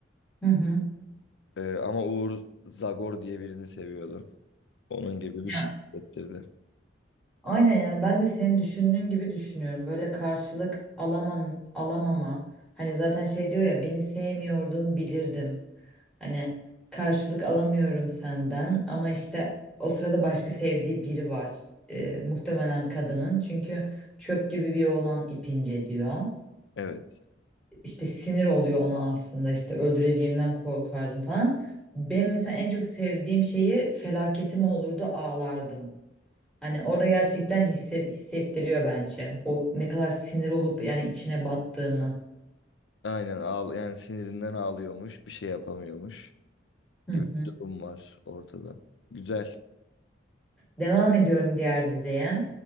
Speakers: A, in the centre; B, on the left (about 70°).
A: hı hı.
B: E, ama Uğur Zagor diye birini seviyordu. Onun gibi bir
A: Ya,
B: şey hissettirdi.
A: aynen yani ben de senin düşündüğün gibi düşünüyorum. Böyle karşılık alamam alamama. Hani zaten şey diyor ya beni sevmiyordun bilirdim. Hani karşılık alamıyorum senden ama işte o sırada başka sevdiği biri var. Ee, muhtemelen kadının. Çünkü çöp gibi bir oğlan ipince diyor.
B: Evet.
A: İşte sinir oluyor ona aslında işte öldüreceğimden korkardım falan. Ben mesela en çok sevdiğim şeyi felaketim olurdu ağlardım. Hani orada gerçekten hisse- hissettiriyor bence. O ne kadar sinir olup yani içine battığını.
B: Aynen ağl yani sinirinden ağlıyormuş, bir şey yapamıyormuş
A: Hı
B: gibi
A: hı.
B: bir durum var ortada. Güzel.
A: Devam ediyorum diğer dizeye.